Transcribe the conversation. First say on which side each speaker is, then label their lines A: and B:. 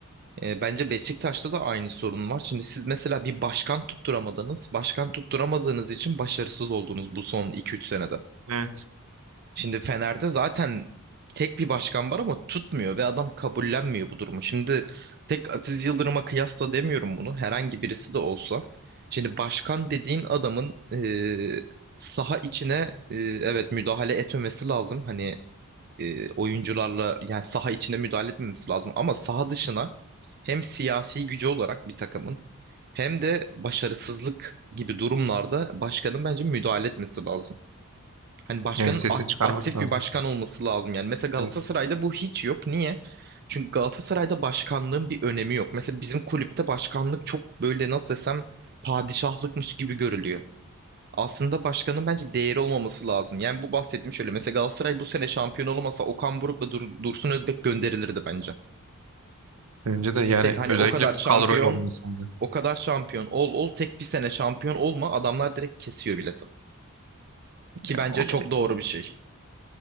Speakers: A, on the right (about 45°); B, on the right (about 75°).
A: e, bence Beşiktaş'ta da aynı sorun var. Şimdi siz mesela bir başkan tutturamadınız. Başkan tutturamadığınız için başarısız oldunuz bu son iki üç senede.
B: Evet.
A: Şimdi Fener'de zaten tek bir başkan var ama tutmuyor ve adam kabullenmiyor bu durumu. Şimdi tek Aziz Yıldırım'a kıyasla demiyorum bunu. Herhangi birisi de olsa. Şimdi başkan dediğin adamın e, saha içine e, evet müdahale etmemesi lazım. Hani e, oyuncularla yani saha içine müdahale etmemesi lazım ama saha dışına hem siyasi gücü olarak bir takımın hem de başarısızlık gibi durumlarda başkanın bence müdahale etmesi lazım. Hani başkanın
B: Yani sesini
A: akt-
B: çıkarması
A: aktif
B: lazım.
A: bir başkan olması lazım yani. Mesela Galatasaray'da
B: Evet.
A: bu hiç yok. Niye? Çünkü Galatasaray'da başkanlığın bir önemi yok. Mesela bizim kulüpte başkanlık çok böyle nasıl desem padişahlıkmış gibi görülüyor. Aslında başkanın bence değeri olmaması lazım. Yani bu bahsettiğim şöyle. Mesela Galatasaray bu sene şampiyon olamasa Okan Buruk'la Dur- Dursun Özbek gönderilirdi bence.
B: Önce de yani
A: Tek hani
B: özellikle
A: o kadar şampiyon,
B: bu kadroyla olan insandı.
A: o kadar şampiyon ol ol tek bir sene şampiyon olma adamlar direkt kesiyor bileti.
B: Ya
A: Ki bence
B: o
A: çok
B: da
A: doğru bir şey.